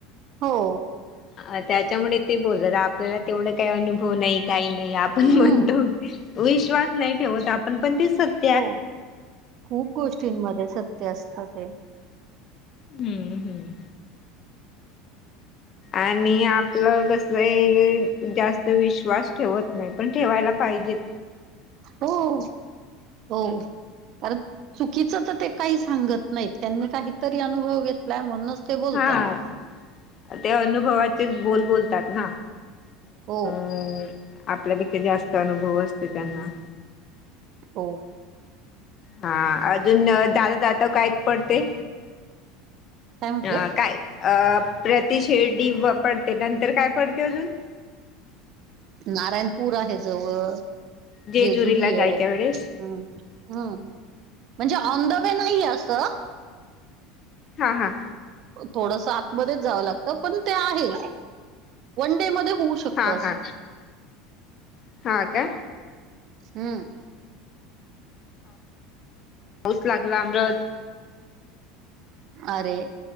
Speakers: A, on the right; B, on the left.
A: हो.
B: अ त्याच्यामुळे ते बोलतात, आपल्याला तेवढा काही अनुभव नाही, काही नाही, आ आपण
A: हम्म,
B: म्हणतो, विश्वास नाही ठेवत आपण, पण दिसत
A: हो, खूप गोष्टींमध्ये सत्य असत ते
B: हम्म हम्म. आणि आपलं कस ये, जास्त विश्वास ठेवत नाही, पण ठेवायला पाहिजे
A: हो, हो. कारण चुकीच तर ते काही सांगत नाहीत, त्यांनी काहीतरी अनुभव घेतलाय म्हणूनच ते बोलतात.
B: हा, ते अनुभवाचेच बोल बोलतात ना.
A: हो.
B: हम्म. आपल्या <unintelligible> अनुभव असतो त्यांना.
A: हो.
B: हा, अजून दादा दात काय पडते
A: काय म्हटले?
B: अ काय अ प्रतिशिर्डी पडते, नंतर काय पडते अजून?
A: नारायणपूर आहे जवळ,
B: जेजुरीला
A: जेजुरी ये.
B: जायच्या वेळेस
A: हम्, म्हणजे ऑन द वे नाहीये असं.
B: हा हा.
A: थोडस आतमध्येच जावं लागत, पण ते आहे. वन डे मध्ये होऊ शकत
B: हा
A: असं.
B: हा हा काय?
A: हम.
B: पाऊस लागला अमरद
A: अरे!